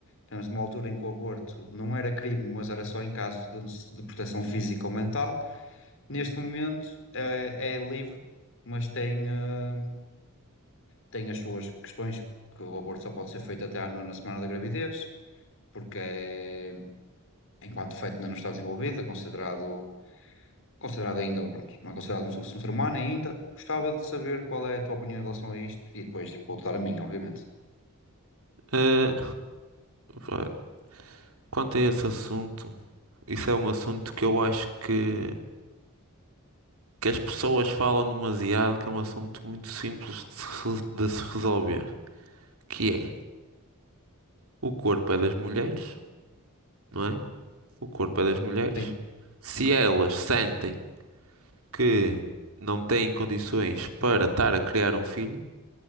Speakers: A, on the left (about 60°); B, on the right (about 70°).
A: tivemos uma altura em que o aborto não era crime, mas era só em casos de, necess- de proteção física ou mental. Neste momento é, é livre, mas tem, hum, tem as suas questões, que o aborto só pode ser feito até à nona semana da gravidez, porque é, enquanto feito ainda não está desenvolvido, é considerado. considerado ainda, pronto, não é considerado um, um ser humano ainda, gostava de saber qual é a tua opinião em relação a isto e depois vou dar a minha, obviamente.
B: Eh, vá, quanto a esse assunto, isso é um assunto que eu acho que, que as pessoas falam demasiado, que é um assunto muito simples de se, re- de se resolver, que é o corpo é das mulheres, não é? O corpo é das mulheres.
A: Sim,
B: Se elas sentem que não têm condições para estar a criar um filho,